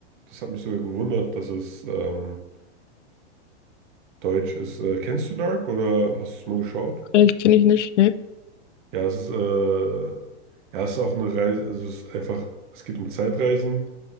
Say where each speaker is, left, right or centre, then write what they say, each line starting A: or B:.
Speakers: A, on the right; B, on the left.
A: das hat mich sogar gewundert, dass es ähm, deutsch ist. Äh, kennst du Dark oder hast du es mal geschaut?
B: Kenn kenn ich nicht, ne?
A: Ja, es ist, äh, ja, es ist auch eine Reise, also es ist einfach, es geht um Zeitreisen,